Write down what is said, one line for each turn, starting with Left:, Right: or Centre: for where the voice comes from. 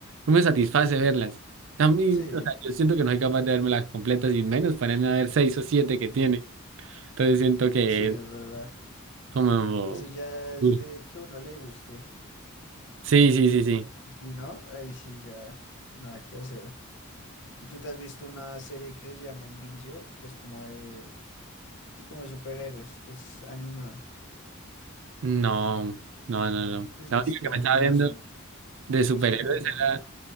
Right: no me satisface verlas. También,
Left: Sí,
Right: o sea, yo siento que no soy capaz de verme las completas y menos ponerme a ver seis o siete que tiene. Entonces siento que
Left: sí, es
Right: es
Left: verdad.
Right: como...
Left: Eso ya
Right: Uy.
Left: es de que a uno le guste,
Right: Sí, sí, sí, sí.
Left: porque si no, ahí sí ya nada que hacer. ¿Y tú te has visto una serie que se llama Invincible, que es como de, sí, como de superhéroes, que es animada?
Right: No, no, no, no.
Left: Esa
Right: La
Left: está
Right: única que me estaba
Left: en Amazon,
Right: viendo de superhéroes
Left: es muy buena.
Right: era